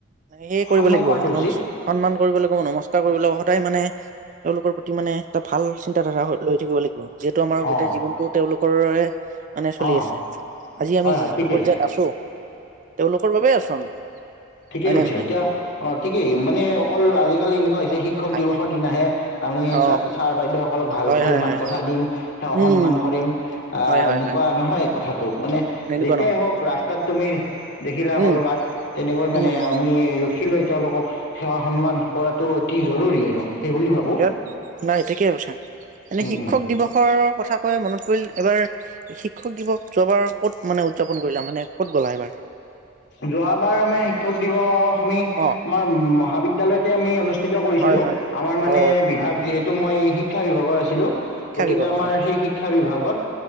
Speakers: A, on the right (about 40°); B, on the left (about 55°).
A: সে কৰিব
B: সন্মান
A: লাগিব
B: কৰাটো
A: ম
B: উচিত
A: সন্মান কৰিব লাগিব নমস্কাৰ কৰিব লাগিব সদায় মানে তেওঁলোকৰ প্ৰতি মানে এটা ভাল চিন্তাধাৰা লৈ থাকিব লাগিব যিহেতু আমাৰ গোটেই
B: অঁ
A: জীৱনটো তেওঁলোকৰেৰে চলি
B: অঁ
A: আছে। আজি আমি
B: হয়
A: যিটো
B: হয় ঠিকেই
A: পৰ্যায়ত আছো তেওঁলোকৰ বাবে তেছো আমি।
B: ঠিকে
A: হয়
B: কৈছা
A: নে নহয়
B: এতিয়া অ', ঠিকেই মানে অকল আজিকালি এনেকুৱা হৈছে শিক্ষক
A: আই
B: দিৱসৰ দিনাহে আমি
A: অ
B: ছাৰ বাইদেউ সকলক ভালকৈ
A: হয় হয়
B: মাত
A: হয় হয়
B: কথা দিম। সেৱা
A: উম
B: সন্মান কৰিম আহ
A: হয় হয়
B: এনেকুৱা
A: হয়
B: নহয় কথাত। মানে
A: এনেকুৱা
B: যেতিয়াই
A: নহয়
B: হওক ৰাস্তাত তুমি দেখিলা
A: উম
B: কৰবাত তেনেকৈ মানে
A: উম
B: আমি ৰখি লৈ তেওঁলোকক সেৱা সন্মান কৰাটো অতি জৰুৰি আৰু সেইবুলি ভাবোঁ
A: অ ইয়াত নাই ঠিকেই কৈছা এনে
B: উম
A: শিক্ষক
B: উম।
A: দিৱসৰ কথা কৈ মনত পৰিল এবাৰ শিক্ষক দিৱস যোৱাবাৰ ক'ত মানে উদযাপন কৰিলা মানে ক'ত গ'লা এবাৰ
B: যোৱাবাৰ আমি শিক্ষক দিৱস সমি
A: অ
B: আমাৰ মহাবিদ্যয়ালয়তে আমি অনুষ্ঠ অনুস্থিত কৰিছিলো
A: হয় হয়
B: আমাৰ মানে
A: অ
B: বিভাগ যিহেতু মই শিক্ষা বিভাগৰ আছ ছিলো
A: শিক্ষা
B: গতিকে
A: বিভাগৰ
B: আমাৰ
A: হয় হয়
B: সেই শিক্ষা বিভাগত